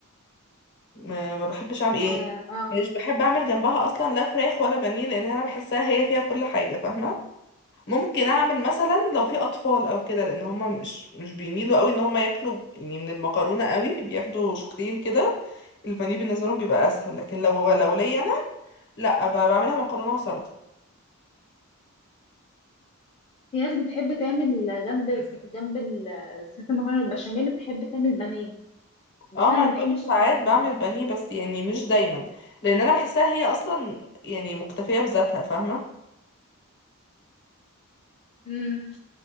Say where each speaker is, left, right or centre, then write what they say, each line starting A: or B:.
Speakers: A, on the left; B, on the left.
A: ما, ما بحبش اعمل ايه
B: ما اه
A: مش بحب اعمل جنبها اصلا لا فراخ ولا بانيه لان انا بحسها هي فيها كل حاجه فاهمه ممكن اعمل مثلا لو في اطفال او كده لان هما مش مش بيميلوا قوي ان هما ياكلوا يعني من المكرونه قوي بياخدوا شقين كده البانيه بالنسبه لهم بيبقى اسهل لكن لو لو ليا انا لا ب- بعملها مكرونه وسلطه
B: في ناس بتحب تعمل جنب جنب الست المكرونه البشاميل بتحب تعمل بانيه بس
A: اه ما
B: انا
A: انا
B: ما بحبش
A: بقولك
B: اكل
A: ساعات
B: جنبها
A: بعمل
B: بانيه
A: بانيه بس يعني مش دايما لان انا بحسها هي اصلا يعني مكتفيه بذاتها فاهمه
B: امم